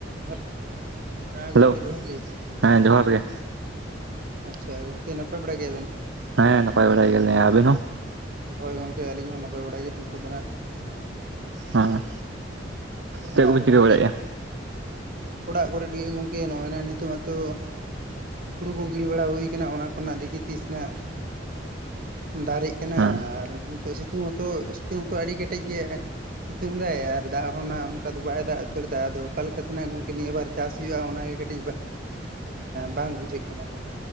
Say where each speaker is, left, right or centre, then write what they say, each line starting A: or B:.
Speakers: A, on the right; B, on the right.
A: ᱦᱮᱞᱳ ᱦᱮᱸ ᱜᱚᱝᱠᱮ
B: ᱦᱮᱞᱳ
A: ᱡᱚᱦᱟᱨ ᱜᱮ।
B: ᱦᱮᱸ ᱡᱚᱦᱟᱨ ᱜᱮ।
A: ᱟᱪᱪᱷᱟ ᱜᱚᱝᱠᱮ ᱱᱟᱯᱟᱭ ᱵᱟᱲᱟ ᱜᱮᱭᱟᱵᱮᱱ?
B: ᱦᱮᱸ ᱱᱟᱯᱟᱭ ᱵᱟᱲᱟ ᱜᱮᱭᱟᱞᱮ ᱟᱵᱤᱱ ᱦᱚᱸ
A: ᱦᱳᱭ ᱜᱚᱝᱠᱮ ᱟᱹᱞᱤᱧ ᱦᱚᱸ ᱱᱟᱯᱟᱭ ᱵᱟᱲᱟ ᱜᱮ ᱱᱤᱛᱚᱜ ᱫᱚ ᱱᱟᱜ
B: ᱦᱮᱸ ᱪᱮᱫ ᱠᱚᱵᱤᱱ
A: ᱟᱨ
B: ᱪᱤᱠᱟᱹ
A: ᱜᱚᱝᱠᱮ
B: ᱵᱟᱲᱟᱭᱮᱫᱼᱟ
A: ᱚᱲᱟᱜ ᱠᱚᱨᱮ ᱰᱤᱭᱟᱹ ᱜᱚᱝᱠᱮ ᱱᱚᱜᱼᱚᱭ ᱱᱟᱜ ᱱᱤᱛᱚᱜ ᱢᱟᱛᱚ ᱦᱩᱲᱩ ᱠᱚ ᱜᱤᱰᱤ ᱵᱟᱲᱟ ᱦᱩᱭ ᱠᱟᱱᱟ ᱚᱱᱟ ᱠᱚᱨᱮᱱᱟᱜ ᱫᱮᱠᱷᱤ ᱛᱤᱥ ᱱᱟᱜ ᱫᱟᱨᱮᱜ ᱠᱟᱱᱟ
B: ᱦᱮᱸ
A: ᱟᱨ ᱱᱤᱛᱚᱜ ᱥᱤᱛᱩᱝ ᱦᱚᱸᱛᱚ ᱥᱤᱛᱩᱝ ᱦᱚᱸᱛᱚ ᱟᱹᱰᱤ ᱠᱮᱴᱮᱡ ᱜᱮ, ᱥᱤᱛᱩᱝ ᱫᱟᱭ ᱟᱨ ᱫᱟᱜ ᱦᱚᱸ ᱱᱟᱜ ᱚᱱᱠᱟ ᱫᱚ ᱵᱟᱭ ᱫᱟᱜ ᱩᱛᱟᱹᱨ ᱫᱟ ᱟᱫᱚ ᱚᱠᱟ ᱞᱮᱠᱟᱛᱮ ᱱᱟᱜ ᱜᱚᱢᱠᱮ ᱱᱤᱭᱟᱹ ᱵᱟᱨ ᱪᱟᱥ ᱦᱩᱭᱩᱜᱼᱟ ᱚᱱᱟᱜᱮ ᱠᱟᱹᱴᱤᱡ ᱮᱻ ᱵᱟᱝ ᱵᱩᱡᱷᱟᱹᱜ ᱠᱟᱱᱟ।